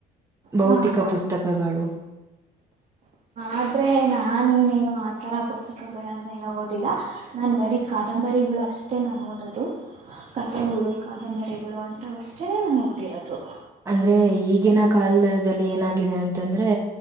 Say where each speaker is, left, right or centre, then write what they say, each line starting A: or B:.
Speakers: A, on the right; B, on the right.
A: ಭೌತಿಕ
B: ಹಾ ಹಾ
A: ಪುಸ್ತಕಗಳು
B: ಆದ್ರೆ ನಾನು ನೀನು ಆತರ ಪುಸ್ತಕಗಳನ್ನೆಲ್ಲ ಓದಿಲ್ಲ ನಾನ್ ಬರೀ ಕಾದಂಬರಿಗಳಷ್ಟು ಓದೋದು ಕಥೆಗಳು ಕಾದಂಬರಿಗಳು ಅಂತವಷ್ಟೇನೆೇ ನಾನು ಓದಿರೋದು
A: ಅಂದ್ರೆ ಈಗಿನ ಕಾಲದಲ್ಲಿ ಏನಾಗಿದೆ ಅಂತಂದ್ರೆ